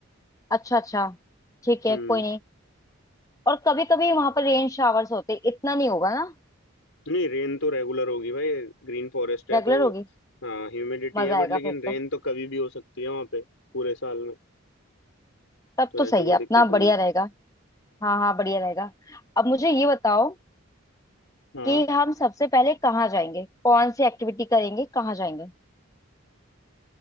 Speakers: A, on the left (about 15°); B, on the left (about 75°).
A: अच्छा अच्छा ठीक है
B: हम्म
A: कोई नहीं और कभी कभी वहां पर रेन शावर्स होते हैं। इतना नहीं होगा ना
B: नहीं रेन तो रेगुलर होगी भाई ग्रीन फॉरेस्ट है
A: रेगुलर
B: तो
A: होगी
B: हाँ ह्यूमिडिटी
A: मजा
B: है बट
A: आएगा
B: लेकिन
A: फिर
B: रेन
A: तो
B: तो कभी भी हो सकती है वहाँ पे पूरे साल में
A: तब
B: तो
A: तो सही
B: ऐसे कोई
A: है अपना
B: दिक्कत नहीं
A: बढ़िया
B: है
A: रहेगा हाँ हाँ बढ़िया रहेगा अब मुझे ये बताओ
B: हाँ
A: कि हम सबसे पहले कहाँ जाएंगे कौन सी एक्टिविटी करेंगे कहाँ जाएंगे